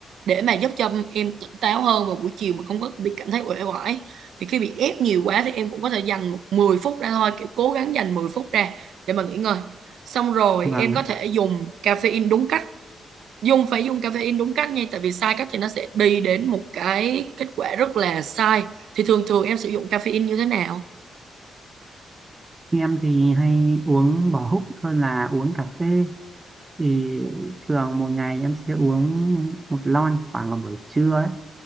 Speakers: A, on the right; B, on the right.
A: để mà giúp cho em tỉnh táo hơn vào buổi chiều mà không có bị cảm thấy uể oải thì khi bị ép nhiều quá thì em cũng có thể dành một 10 phút ra thôi kiểu cố gắng dành 10 phút ra để mà nghỉ ngơi xong rồi
B: vâng
A: em
B: ạ.
A: có thể dùng caffeine đúng cách dùng phải dùng caffeine đúng cách nha tại vì sai cách thì nó sẽ đi đến một cái kết quả rất là sai thì thường thường em sử dụng caffeine như thế nào
B: Em thì hay uống bò húc hơn là uống cà phê. Thì thường một ngày em sẽ uống một lon khoảng vào buổi trưa ấy.